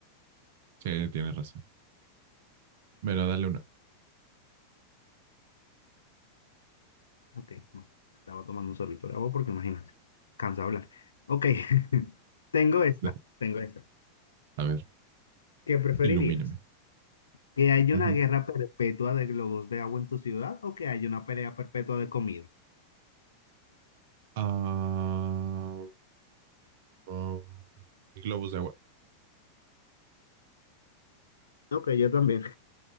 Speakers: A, on the right; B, on the left.
A: Sí, tienes razón. Bueno, dale una.
B: Ok, no, estaba tomando un sorbito de agua porque imagínate, cansa hablar. Ok, <laughs> tengo esta,
A: <laughs>
B: tengo esta.
A: A ver,
B: ¿Qué preferirías?
A: ilumíname.
B: ¿Que haya
A: Ujú.
B: una guerra perpetua de globos de agua en tu ciudad o que haya una pelea perpetua de comida?
A: Ah, um, globos de agua.
B: Ok, yo también.